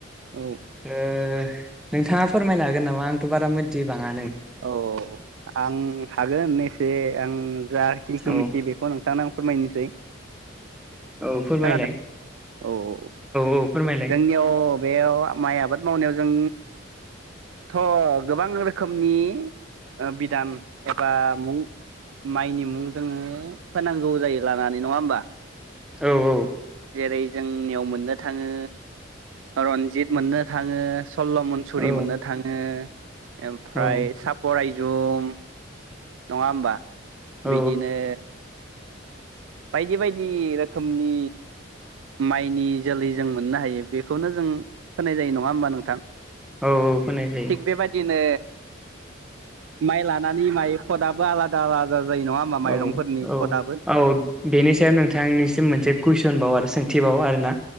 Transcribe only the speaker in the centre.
ओ नोंथाङा फोरमायनो हागोन नामा आंथ' बारा मिथि बाङानो।
औ
औ फोरमायलाय
औ फोरमायलाय
औ औ।
औ
औ
औ
औ फोनाय जायो
औ औ
औ बेनि सायाव नोंथांनिसिम मोनसे कुइसनबाव आरो सोंथिबाव आरोना।